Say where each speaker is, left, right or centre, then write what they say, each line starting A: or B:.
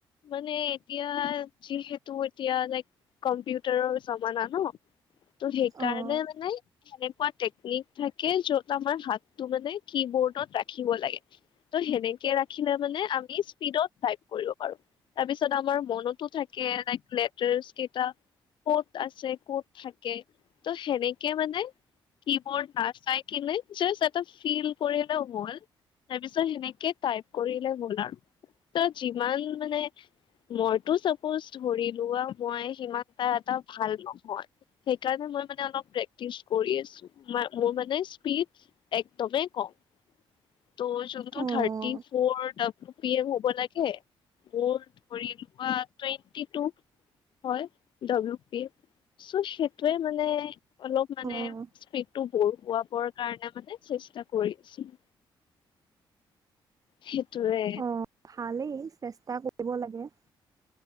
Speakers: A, on the left; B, on the right.
A: মানে এতিয়া যিহেতু এতিয়া, লাইক কম্পিউটাৰৰ জমানা ন, ত' সেইকাৰণে
B: অ',
A: মানে সেনেকোৱা টেকনিক থাকে, য'ত আমাৰ হাতটো মানে, কি-বোৰ্ডত ৰাখিব লাগে। ত' সেনেকে ৰাখিলে মানে, আমি স্পীডত টাইপ কৰিব পাৰোঁ। তাৰপিছত, আমাৰ মনতো থাকে, লাইক লেটাৰ্স কেইটা। ক'ত আছে, ক'ত থাকে, ত' সেনেকে মানে কিবৰ্ড নাচাই কিনে, জাষ্ট এটা ফিল কৰি এটা ৱল তাৰপিছত সেনেকে, টাইপ কৰিলে হ'ল আৰু। ত' যিমান মানে মইতো, চাপজ ধৰিলোৱা, মই সিমানটা এটা ভাল নহয়। সেইকাৰণে, মই মানে অলপ প্ৰেক্টিছ কৰি আছোঁ। মা, মোৰ মানে স্পীড একদমেই কম। ত' যোনটো
B: অ',
A: থাৰ্টি ফ'ৰ, ডাব্লিউ পি এম, হ'ব লাগে মোৰ ধৰিলোৱা, টুৱেণ্টি টু হয়, ডাব্লিউ পি এম। চ' সেইটোৱে মানে, অলপ মানে
B: অ',
A: স্পীডটো, বঢ়োৱাবৰ কাৰণে, মানে চেষ্টা কৰি আছিলোঁ। সেইটোৱে।
B: অ', ভালেই, চেষ্টা কৰিব লাগে